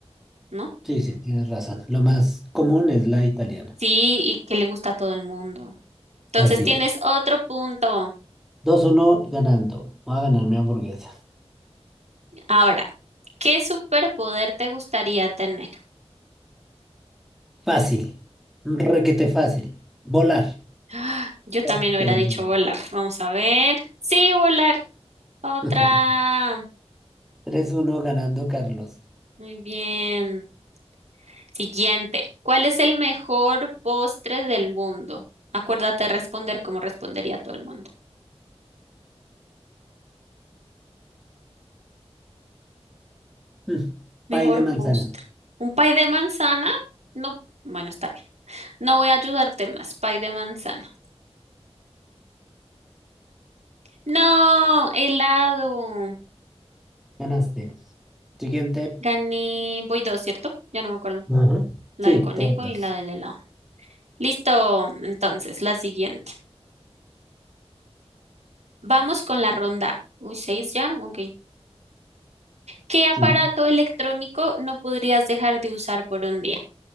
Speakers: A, on the right (about 80°); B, in the centre.
A: ¿no?
B: Sí, sí, tienes razón. Lo más común es la italiana.
A: Sí, y que le gusta a todo el mundo. Entonces
B: Así
A: tienes
B: es.
A: otro punto.
B: Dos uno ganando. Voy a ganar mi hamburguesa.
A: Ahora, ¿qué superpoder te gustaría tener?
B: Fácil. Requete fácil. Volar.
A: ¡Ah! Yo también
B: Todos
A: hubiera
B: Queremos
A: dicho
B: volar.
A: volar. Vamos a ver. Sí, volar. Otra.
B: <laughs> Tres uno ganando Carlos.
A: Muy bien. Siguiente. ¿Cuál es el mejor postre del mundo? Acuérdate de responder como respondería todo el mundo.
B: Mm,
A: Mejor
B: Pay de manzana.
A: postre. Un pay de manzana. No, bueno, está bien. No voy a ayudarte más. Pay de manzana. No, helado.
B: Ganaste. Siguiente.
A: Gané. Voy dos, ¿cierto? Ya no me acuerdo.
B: Ajá.
A: La
B: Sí,
A: del conejo
B: tres, dos.
A: y la del helado. Listo. Entonces, la siguiente. Vamos con la ronda. Uy, seis ya. Ok. ¿Qué aparato
B: Sí.
A: electrónico no podrías dejar de usar por un día?